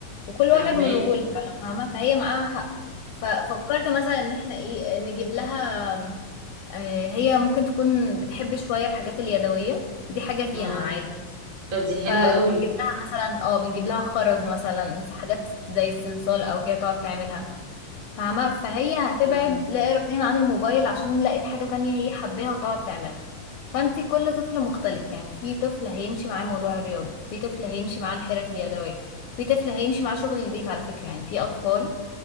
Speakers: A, on the left; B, on the right.
A: وكل
B: فاهماكي
A: واحد مشغول فعلا فاهمه فهي معاها حق ففكرت مثلا ان احنا ايه نجيب لها آه، هي ممكن تكون بتحب شويه الحاجات اليدويه دي حاجه فيها
B: اه
A: عادي
B: طب دي حلوه
A: فبنجيب
B: قوي
A: لها مثلا اه بنجيب لها خرز مثلا حاجات زي الصلصال او كده تقعد تعملها فاهمة فهي هتبعد
B: اه
A: لا إراديا عن الموبايل عشان لقت حاجة تانية هي حباها وتقعد تعملها فانت كل طفل مختلف يعني في طفل هيمشي معاه موضوع الرياضة في طفل هيمشي معاه الحرف اليدوية في طفل هيمشي معاه شغل البيت على فكرة يعني في أطفال